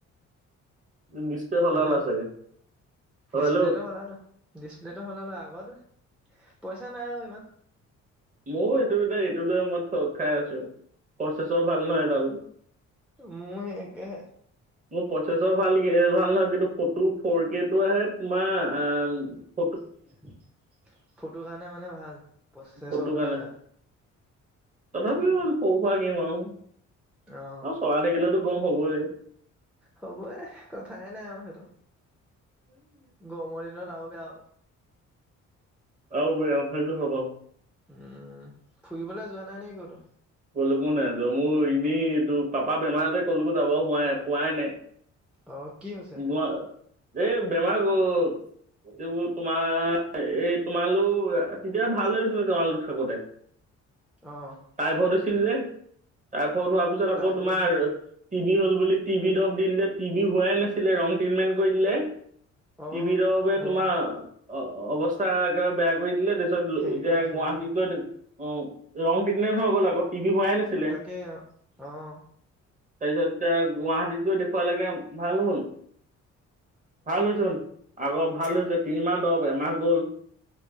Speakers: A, on the right; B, in the centre.
A: ডিচপ্লে সলালা
B: হেল্ল',
A: চাগে? অ'
B: ডিচপ্লেটো
A: হেল্ল'
B: সলালো, ডিচপ্লেটো সলালো। আগতোৱে। পইচা নাই আৰু ইমান।
A: ময়ো এইটো, এইটো লৈ মই ঠগ খাই আছো। প্ৰচেছৰ ভাল নহয় এডাল,
B: মোৰ সেই একেহে
A: মোৰ প্ৰচে ভাল ভাল নহয়, কিন্তু ফটো ফৰ কে টো আহে তোমাৰ আহ।
B: ফটো কাৰণে মানে ভাল, প্ৰচেছৰটোহে
A: ফটো কাৰণে
B: বেয়া।
A: তথাপিও
B: উম
A: সৰু সুৰা গেম আৰু
B: অ
A: আৰু চলাই থাকিলেতো গৰম হ'বই।
B: হ'বই, কথাই নাই আৰু সেইটো। গৰমৰ দিনত আৰু বেয়া।
A: আৰু বেয়া আপোনাৰ টো হ'ব।
B: উম, ফুৰিবলৈ যোৱা নাই নেকি কতো?
A: কলোকো নাজাও, মোৰ এনেই তোৰ পাপা বেমাৰ যে কলোকো যাব হোৱাই পোৱাই নাই।
B: অহ' কি হৈছে?
A: মই এই বেমাৰৰ ক'ত। এইবোৰ তোমাৰ, এই তোমালোক তেতিয়া ভাল হৈ আছিলে, তোমালোক থাকোঁতে।
B: অহ'
A: টাইফইড যে তাৰপৰা হোৱাৰ পিছত
B: টাইফইড
A: আকৌ তোমাৰ
B: হৈছে
A: টিভি হ'ল বুলি টিভি দৰব দি দিলে। টিভি হোৱাই নাছিলে, ৰং ট্ৰিটমেণ্ট কৰি দিলে
B: অ
A: টিভিটোৰ দৰৱে
B: অ
A: তোমাৰ। অ' অ' অৱস্থা একেবাৰে বেয়া কৰি দিলে। তাৰপিছত,
B: হেৰি
A: এতিয়া
B: কৰি দিলে
A: গুৱাহাটীত
B: অ
A: গৈ উম, ৰং ট্ৰিটমেণ্ট হৈ গ'ল আকৌ। টিবি হোৱাই নাছিলে
B: তাকে, অহ'
A: তাৰপিছত এতি গুৱাহাটীতো দেখুৱালকে ভাল হল। ভাল হৈছে আগৰ ভাল হৈছে তিনিমাহ দব এমাহ গল।